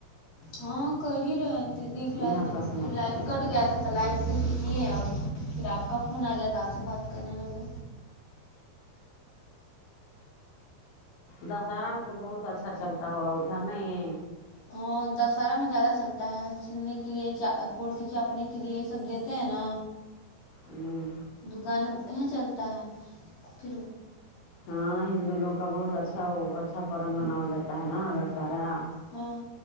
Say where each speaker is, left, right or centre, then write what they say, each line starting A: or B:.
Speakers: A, on the left; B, on the left.
A: ہاں کر ہی رہے تھے دکھ رہا
B: یہاں
A: تھا تب
B: سمت
A: پھر لائٹ
B: کر رہے
A: کٹ گیا تھا تو لائٹ سےسی کی آؤ پھر آپ کا فون آ گیا تھا آپ سے بات کرنے لگے
B: دشہرا میں تو بہت اچھا چلتا ہوگا ادھر نہیں
A: ہاں دسہرہ میں زیادہ چلتا ہے سلنے کے لیے کرتی چاپنے کے لیے یہ سب دیتے ہیں نا
B: ہ
A: دکان یہ چلتا ہے پھر
B: ہاں ہندو لوگ کا بہت اچھا اچھا پرو مناا جاتا ہے نا دشہرا
A: ہاں